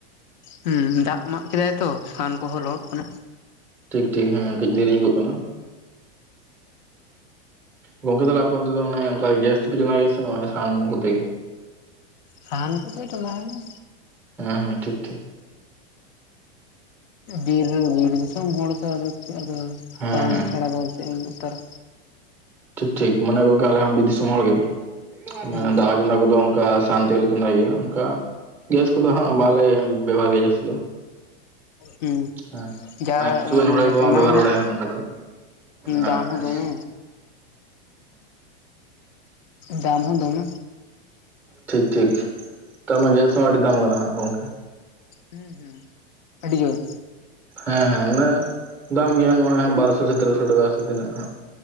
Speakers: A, on the left; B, in the centre.
A: ᱦᱩᱸ ᱫᱟᱜ ᱢᱟᱜ ᱠᱮᱫᱟᱭ ᱛᱚ ᱥᱟᱦᱟᱱ ᱠᱚᱦᱚᱸ ᱞᱚᱦᱚᱫ ᱠᱟᱱᱟ᱾
B: ᱴᱷᱤᱠ ᱴᱷᱤᱠ ᱦᱮᱸ ᱠᱟᱹᱡ ᱫᱮᱨᱤ ᱧᱚᱜᱚᱜ ᱠᱟᱱᱟ᱾ ᱜᱚᱝᱠᱮ ᱛᱟᱦᱚᱞᱮ ᱟᱯᱮ ᱚᱱᱛᱮ ᱚᱱᱮ ᱜᱮᱥ ᱛᱮᱯᱮ ᱪᱚᱸᱫᱟᱭ ᱥᱮ ᱱᱚᱜ-ᱚᱭ ᱥᱟᱦᱟᱱ ᱠᱚᱛᱮ ᱜᱮ
A: ᱥᱟᱦᱟᱱ ᱠᱚᱛᱮ ᱪᱚᱸᱫᱟ ᱦᱩᱭᱩᱜ-ᱟ᱾
B: ᱦᱮᱸ ᱦᱮᱸ ᱴᱷᱤᱠ ᱴᱷᱤᱠ
A: ᱵᱤᱨ, ᱵᱤᱨ ᱫᱤᱥᱚᱢ ᱦᱚᱲ ᱛᱚ ᱟᱫᱚ ᱪᱮᱫ ᱟᱫᱚ
B: ᱦᱮᱸ
A: ᱥᱟᱦᱟᱱ
B: ᱦᱮᱸ
A: ᱪᱷᱟᱲᱟ ᱫᱚ ᱪᱮᱫ ᱮᱢ ᱟᱛᱟᱨᱟ᱾
B: ᱴᱷᱤᱠ ᱴᱷᱤᱠ ᱢᱟᱱᱮ ᱜᱚᱝᱠᱮ ᱟᱞᱮ ᱦᱚᱸ ᱵᱤᱨ ᱫᱤᱥᱚᱢ ᱦᱚᱲ ᱜᱮ ᱢᱟᱱᱮ
A: ᱦᱩᱸ
B: <inaudible> ᱚᱱᱟ ᱠᱚᱫᱚ ᱚᱱᱠᱟ ᱥᱟᱦᱟᱱ ᱛᱮᱜᱮ ᱞᱮ ᱪᱚᱸᱫᱟᱭ ᱜᱮᱭᱟ ᱚᱱᱠᱟ ᱜᱮᱥ ᱠᱚᱫᱚ ᱦᱟᱸᱜ ᱵᱟᱞᱮ ᱵᱮᱵᱚᱦᱟᱨ ᱜᱮᱭᱟ ᱡᱟᱹᱥᱛᱤ ᱫᱚ᱾
A: ᱦᱩᱸ
B: ᱦᱮᱸ
A: ᱡᱟ
B: ᱢᱟᱱᱮ ᱠᱤᱪᱷᱩᱜᱟᱱ ᱦᱚᱲ ᱜᱮᱠᱚ
A: ᱚᱱᱟ
B: ᱵᱮᱵᱚᱦᱟᱨ
A: ᱨᱮᱱᱟᱜ
B: ᱵᱟᱲᱟᱭᱟ ᱚᱱᱠᱟ ᱫᱚ ᱩᱱᱟ
A: ᱫᱟᱢ ᱦᱚᱸ
B: <unintelligible> ᱦᱮᱸᱮ
A: ᱫᱚᱢᱮ ᱫᱟᱢ ᱦᱚᱸ ᱫᱚᱢᱮ
B: ᱴᱷᱤᱠ ᱴᱷᱤᱠ ᱱᱮᱛᱟᱨ ᱢᱟ ᱜᱮᱥ ᱦᱚᱸ ᱟᱹᱰᱤ ᱫᱟᱢ ᱟᱠᱟᱱᱟ ᱦᱟᱸᱜ
A: ᱦᱩᱸ ᱦᱮᱸ ᱟᱹᱰᱤ ᱡᱳᱨ᱾
B: ᱦᱮᱸ ᱦᱮᱸ ᱢᱟᱱᱮ ᱫᱟᱢ ᱜᱮᱭᱟ ᱱᱚᱜᱼᱚᱭ ᱵᱟᱨᱚᱥᱚ ᱥᱮ ᱛᱮᱨᱚᱥᱚ ᱴᱟᱠᱟ ᱥᱮ ᱛᱤᱱᱟᱹᱜ ᱦᱟᱸᱜ